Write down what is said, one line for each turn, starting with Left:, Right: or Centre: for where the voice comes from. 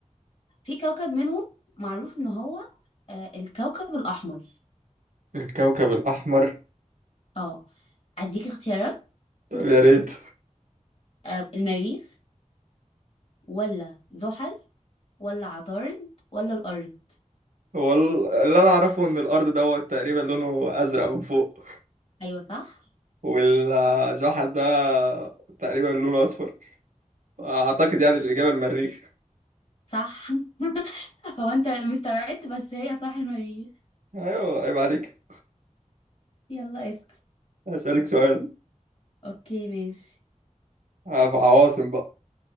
Left: في كوكب منهم معروف ان هو آه الكوكب الاحمر
Right: الكوكب الاحمر
Left: اه اديك اختيارات
Right: طب يا ريت
Left: آه المريخ ولا زحل ولا عطارد ولا الأرض
Right: هو ال- اللي انا اعرفه ان الارض دوت تقريبا لونه ازرق من فوق
Left: أيوة صح
Right: والزحل ده تقريبا لونه اصفر اعتقد يعني الاجابه المريخ
Left: صح <laughs> هو أنت مستوعبت بس هي صح المريخ
Right: ايوه عيب عليك
Left: يلا اسأل
Right: هسألك سؤال
Left: أوكي ماشي
Right: في عواصم بقى